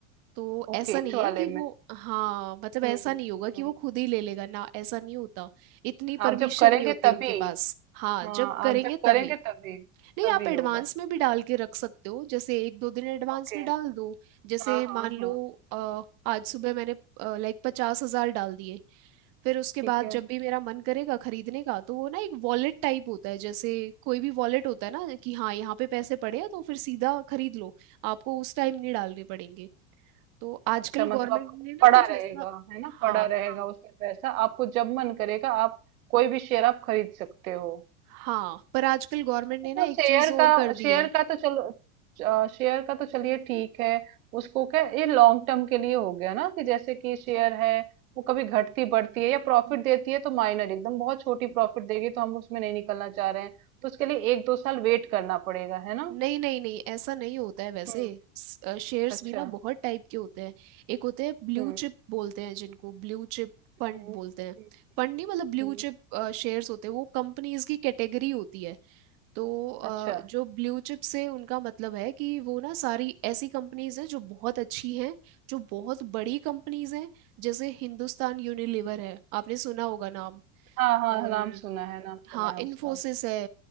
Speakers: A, on the right; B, on the right.
A: तो
B: ओके
A: ऐसा
B: इस
A: नहीं
B: वाले
A: है कि वो
B: में
A: हाँ मतलब
B: हम्म
A: ऐसा नहीं होगा
B: हम्म
A: कि वो खुद ही ले लेगा ना ऐसा नहीं होता इतनी
B: आप
A: परमिशन
B: जब करेंगे
A: नहीं होती
B: तभी
A: उनके पास हाँ
B: हाँ
A: जब करेंगे
B: आप जब
A: तभी
B: करेंगे तभी
A: नहीं
B: तभी
A: आप एडवांस
B: होगा
A: में भी डाल के रख सकते हो जैसे एक दो दिन एडवांस
B: ओके
A: में डाल दो जैसे
B: हाँ हाँ
A: मान लो
B: हाँ
A: अ, आज सुबह मैंने लाइक पचास हजार डाल दिए फिर उसके
B: ठीक
A: बाद
B: है
A: जब भी मेरा मन करेगा खरीदने का तो वो ना एक वॉलेट टाइप होता है जैसे कोई भी वॉलेट होता है ना कि हाँ यहाँ पे पैसे पड़े हैं तो फिर सीधा खरीद लो आपको उस टाइम नहीं डालने पड़ेंगे तो आजकल
B: अच्छा मतलब
A: गवर्नमेंट
B: आपको वो
A: ने ना
B: पड़ा
A: कुछ
B: रहेगा
A: ऐसा
B: है ना
A: हाँ
B: पड़ा
A: हाँ
B: रहेगा उसमें पैसा आपको जब मन करेगा आप कोई भी शेयर आप खरीद सकते हो
A: हाँ पर आजकल गवर्नमेंट ने
B: तो
A: ना एक
B: शेयर
A: चीज और
B: का
A: कर दी
B: शेयर
A: है
B: का तो चलो अ, शेयर का तो चलिए ठीक है उसको क्या ये लॉन्ग टर्म के लिए हो गया ना कि जैसे कि शेयर है वो कभी घटती बढ़ती है या प्रॉफिट
A: न-
B: देती है तो माइनर एकदम बहुत छोटी प्रॉफिट देगी तो हम उसमें नहीं निकलना चाह रहे हैं तो उसके लिए एक दो साल वेट करना पड़ेगा है ना
A: नहीं नहीं नहीं ऐसा नहीं होता है वैसे
B: हम्म
A: शेयर्स
B: अच्छा
A: भी ना बहुत टाइप के होते हैं एक होते हैं ब्लू
B: हम्म
A: चिप बोलते हैं जिनको ब्लू चिप फंड
B: हम्म
A: बोलते
B: हम्म,
A: हैं फंड नहीं मतलब ब्लू
B: हम्म,
A: चिप शेयर्स होते हैं वो कंपनीज की कैटेगरी होती है तो अ,
B: अच्छा
A: जो ब्लू चिप से उनका मतलब है कि वो ना सारी ऐसी कंपनीज हैं जो बहुत अच्छी हैं जो बहुत बड़ी कंपनीज हैं जैसे हिंदुस्तान यूनिलीवर है आपने सुना होगा नाम
B: हाँ हाँ
A: और
B: नाम सुना है नाम सुना
A: हाँ
B: है
A: इन्फोसिस
B: उसका
A: है